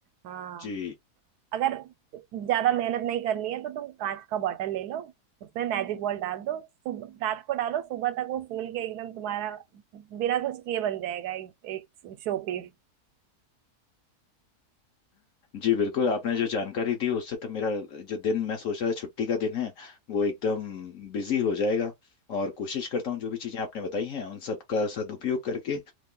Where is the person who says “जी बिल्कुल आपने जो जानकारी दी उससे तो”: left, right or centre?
Left